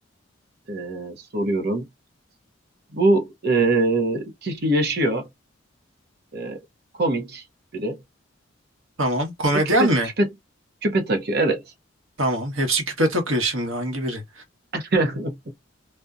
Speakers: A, on the right; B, on the right.
A: e, soruyorum. Bu e, kişi yaşıyor. E, komik biri.
B: Tamam. Komedyen
A: Ve küpe,
B: mi?
A: küpe, küpe takıyor. Evet.
B: Tamam. Hepsi küpe takıyor şimdi. Hangi biri?
A: <laughs>